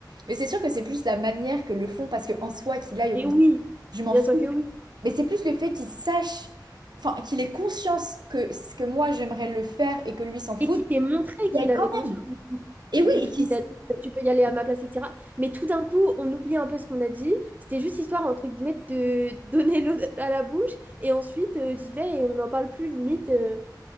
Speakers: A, on the right; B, on the right.
A: Mais c'est sûr que c'est plus la manière que le font, parce que en soi, qu'il aille au
B: Et
A: concert,
B: oui,
A: je m'en
B: bien
A: fous.
B: sûr que oui.
A: Mais c'est plus le fait qu'il sache, enfin, qu'il ait conscience que ce que moi, j'aimerais le faire et que lui s'en fout.
B: Et qui t'ait montré qu'il
A: Il y a quand
B: avait confiance,
A: même...
B: vu qu'il
A: Et
B: et
A: oui,
B: vu
A: et
B: qu'il
A: qu'il
B: t'a dit bah, tu peux y aller à ma place, etc. Mais tout d'un coup, on oublie un peu ce qu'on a dit. C'était juste histoire, entre guillemets, de <laughs> te donner l'eau à la bouche. Et ensuite, euh, j'y vais et on n'en parle plus, limite. euh,